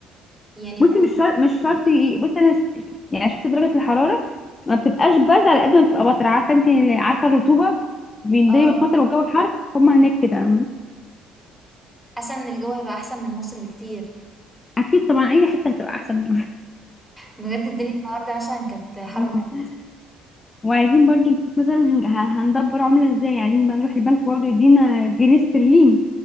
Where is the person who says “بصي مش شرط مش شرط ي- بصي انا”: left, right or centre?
Left